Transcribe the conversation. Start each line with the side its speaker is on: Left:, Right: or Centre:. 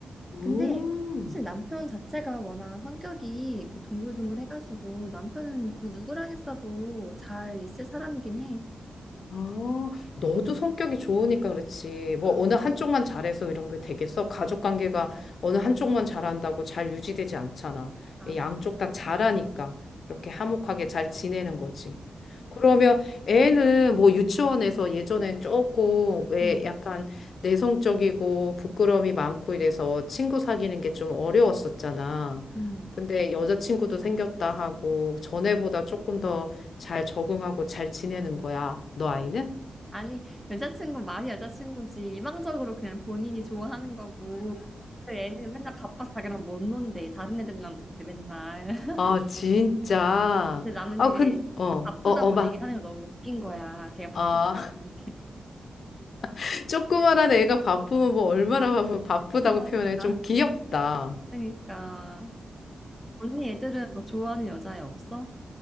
Left: 음.
Centre: 근데 사실 남편 자체가 워낙 성격이 이렇게 둥글둥글 해가지고 남편은 그 누구랑 했어도 잘 있을 사람이긴 해.
Left: 아, 너도 성격이 좋으니까 그렇지.
Centre: 아,
Left: 뭐 어느 한쪽만 잘해서 이런 게 되겠어? 가족 관계가 어느 한쪽만 잘한다고 잘 유지되지 않잖아.
Centre: 아,
Left: 양쪽 다
Centre: 고마워.
Left: 잘하니까 이렇게 화목하게 잘 지내는 거지. 그러면 애는 뭐 유치원에서 예전엔 조금 왜
Centre: 음,
Left: 약간 내성적이고 부끄러움이 많고 이래서 친구 사귀는 게 좀 어려웠었잖아.
Centre: 음.
Left: 근데 여자친구도 생겼다 하고 전에보다 조금 더 잘 적응하고 잘 지내는 거야. 너 아이는?
Centre: 아니, 여자친구 말이 여자친구지. 일방적으로 그냥 본인이 좋아하는 거고. 그 애는 맨날 바빠서 자기랑 못 논대. 다른 애들이랑 논대, 맨날. <laughs>
Left: 아, 진짜.
Centre: 근데 나는
Left: 아,
Centre: 그게
Left: 근, 어,
Centre: 바쁘다고
Left: 어, 어마.
Centre: 얘기하는 게 너무 웃긴 거야. 걔가 바쁘다.
Left: 아,
Centre: 이렇게.
Left: <laughs> 조그만한 애가 바쁘면 뭐 얼마나 바쁘, 바쁘다고
Centre: <laughs> 그러니까.
Left: 표현해. 좀 귀엽다.
Centre: 그러니까. 언니 애들은 뭐 좋아하는 여자애 없어?